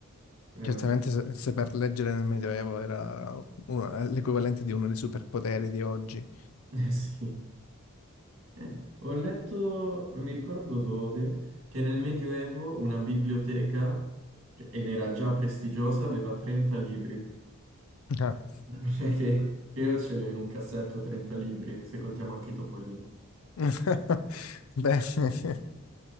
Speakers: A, on the right (about 65°); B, on the left (about 80°).
A: veramente.
B: certamente se, se per leggere nel Medioevo era uno- l'equivalente di uno dei superpoteri di oggi.
A: <laughs> Eh sì. Eh, ho letto, non mi ricordo dove, che nel Medioevo una biblioteca, cioè, ed era già prestigiosa, aveva 30 libri.
B: <laughs>
A: <laughs> Cioè Che, che io ce li ho in un cassetto 30 libri, se contiamo anche i topolini.
B: <laughs> Beh, <laughs>